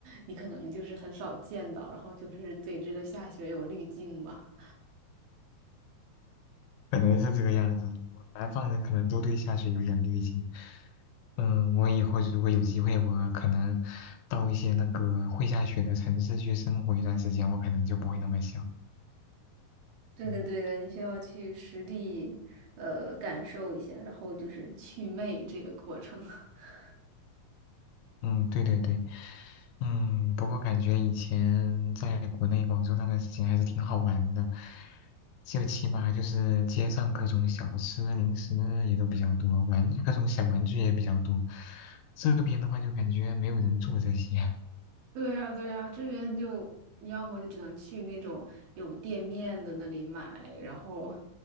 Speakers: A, on the right (about 85°); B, on the left (about 80°).
A: 你可能就是很少见到，然后就是对这个下雪有滤镜吧。
B: 可能是这个样子。我南方人可能都对下雪有点滤镜。嗯，我以后如果有机会，我可能到一些那个会下雪的城市去生活一段时间，我可能就不会那么想。
A: 对的，
B: 嗯
A: 对的，你需要去实地呃感受一下，然后就是祛魅这个过程。<laughs>
B: 嗯，对对对，嗯，不过感觉以前在国内广州那段时间还是挺好玩的，就起码就是街上各种小吃零食也都比较多，玩各种小玩具也比较多。这边的话就感觉没有人做这些，
A: 对呀，对呀，这边就你要么就只能去那种有店面的那里买，然后，